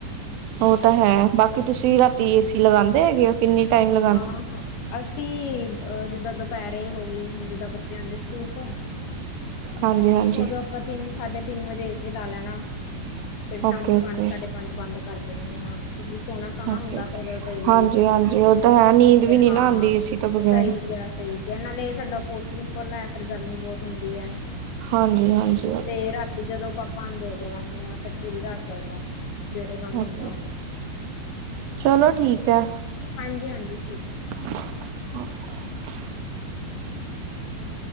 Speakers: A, on the right; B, on the left.
A: ਉਹ ਤਾ ਹੈ, ਬਾਕੀ ਤੁਸੀਂ ਰ੍ਹਾਤੀ ਏਸੀ ਲਗਾਂਦੇ ਹੈਗੇ ਓ? ਕਿੰਨੀ ਟਾਈਮ ਲੱ
B: ਹਾਂ-ਹਾਂ, ਅਸੀਂ ਅ, ਜਿੱਦਾਂ ਦੁਪਹਿਰੇ ਹੋਗੀ, ਹੁਣ ਜਿੱਦਾਂ ਬੱਚਿਆਂ ਦੇ ਆਉਂਦੇ ਸਕੂਲ ਤੋਂ।
A: ਹਾਂਜੀ-ਹਾਂਜੀ।
B: ਉਦੋਂ ਆਪਾਂ ਤਿੰਨ, ਸਾਢੇ ਤਿੰਨ ਵਜੇ ਏਸੀ ਲਾ ਲੈਣਾ।
A: <unintelligible>
B: ਫਿਰ ਸ਼ਾਮੀ
A: ਓਕੇ,
B: ਪੰਜ, ਸਾਢੇ ਪੰਜ ਬੰਦ ਕਰ ਦਿੰਦੇ ਆ, ਫਿਰ ਸੋਣਾ-ਸੋਣਾ
A: ਓਕੇ
B: ਹੁੰਦਾ, ਫਿਰ ਕਈ ਵਾਰੀ
A: ਹਾਂਜੀ, ਹਾਂਜੀ ਉਹ ਤਾਂ ਹੈ ਨੀਂਦ ਵੀ
B: ਫਿਰ
A: ਨੀ
B: ਹਾਂ,
A: ਨਾ ਆਉਂਦੀ ਏਸੀ ਤੋਂ ਬਗੈਰ
B: ਸਹੀ ਕਿਹਾ, ਸਹੀ ਕਿਹਾ, ਨਾਲੇ ਸਾਡਾ ਪੋਰਸ਼ਣ ਉੱਪਰਲਾ ਪਰ ਗਰਮੀ ਬਹੁਤ ਹੁੰਦੀ ਐ।
A: ਹਾਂਜੀ-ਹਾਂਜੀ।
B: ਤੇ ਰਾਤੀ ਜਦੋਂ ਪਾਪਾ ਆਂਦੇ, ਤੇ ਲਾਂਨੇ ਆ, ਫੇਰ ਪੂਰੀ ਰਾਤ ਚੱਲਦਾ। ਸਵੇਰੇ ਬੰਦ
A: ਓਕੇ
B: ਹੁੰਦਾ, ਓ।
A: ਚਲੋ ਠੀਕ ਹੈ
B: ਹਾਂਜੀ-ਹਾਂਜੀ, ਠੀਕ।
A: <inaudible>
B: ਨਾ ਕਰ